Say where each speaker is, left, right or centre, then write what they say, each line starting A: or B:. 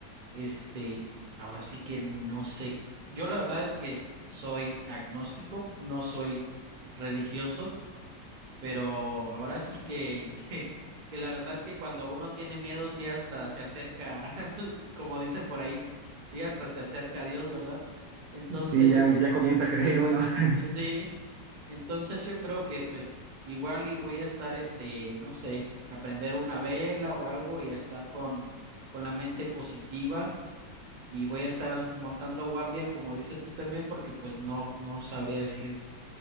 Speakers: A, on the right; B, on the right.
A: este, ahora sí que no sé. Yo la verdad es que soy agnóstico, no soy religioso, pero ahora sí que, <laughs> que, que la verdad que cuando uno tiene miedo, sí hasta se acerca, <laughs> como dicen por ahí, sí hasta se acerca a Dios, ¿verdad? Entonces,
B: Sí, ya, ya comienza a creer uno. <laughs>
A: pues sí, entonces yo creo que pues igual y voy a estar, este, no sé, a prender una vela o algo y a estar con, con la mente positiva. Y voy a estar montando guardia, como dices tú también, porque pues no, no sabría decirte